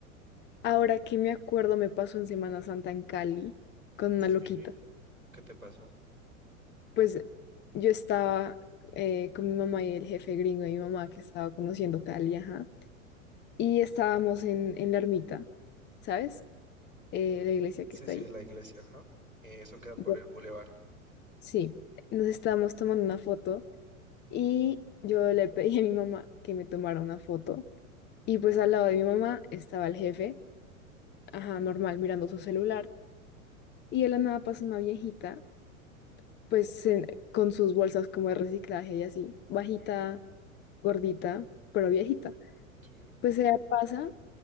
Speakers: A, on the left; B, on the right.
A: Ahora que me acuerdo, me pasó en Semana Santa en Cali con una
B: Sí,
A: loquita.
B: ¿qué te pasó?
A: Pues yo estaba eh, con mi mamá y el jefe gringo de mi mamá que estaba conociendo Cali, ajá. Y estábamos en, en la ermita, ¿sabes? Eh, la iglesia
B: Sí,
A: que está
B: sí,
A: ahí.
B: la iglesia, ajá. Eh, Eso queda por
A: Bueno,
B: el bulevar.
A: sí, nos estábamos tomando una foto y yo le pedí a mi mamá que me tomara una foto. Y pues al lado de mi mamá estaba el jefe, ajá, normal, mirando su celular. Y de la nada pasó una viejita pues en- con sus bolsas como de reciclaje y así, bajita,
B: Sí,
A: gordita, pero viejita.
B: sí,
A: Pues ella pasa